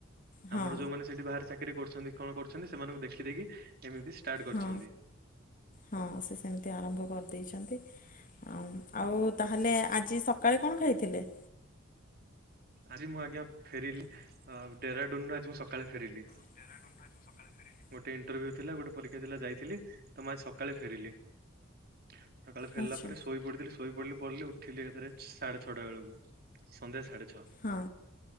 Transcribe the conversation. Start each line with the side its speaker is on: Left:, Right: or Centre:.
Left: ହଁ
Right: ଆମର ଯୋଉମାନେ ସେଠି ବାହାରେ ଚାକିରି କରୁଛନ୍ତି କଣ କରୁଛନ୍ତି ସେମାନଙ୍କୁ ଦେଖିଦେଇକି ଏମିତି ଷ୍ଟାର୍ଟ କରିଛନ୍ତି
Left: ହଁ ହଁ ସେ ସେମିତି ଆରମ୍ଭ କରିଦେଇଛନ୍ତି। ହଁ ଆଉ ତାହେଲେ ଆଜି ସକାଳେ କଣ ଖାଇଥିଲେ?
Right: ଆଜି ମୁଁ ଆଜ୍ଞା ଫେରିଲି ଡେରାଡୁନୁ ରୁ ଆଜି ମୁଁ ସକାଳେ ଫେରିଲି
Left: ଜେରା ନୁଟ <unintelligible> ସକାଳେ
Right: ଗୋଟେ ଇଣ୍ଟରଭ୍ୟୁ ଥିଲା ଗୋଟେ ପରୀକ୍ଷା ଥିଲା ଯାଇଥିଲି ତ ମୁ ଆଜି ସକାଳେ ଫେରିଲି। ସକାଳେ ଫେରିଲା
Left: ଆଚ୍ଛା
Right: ପରେ ଶୋଇ ପଢଥିଲି ଶୋଇ ପଡିଲି ପଢିଲି ଉଠିଲି ଏକା ଥରେ ସାଢେ ଛଅଟା ବେଳକୁ ସନ୍ଧ୍ୟା ସାଢେ ଛଅ
Left: ହଁ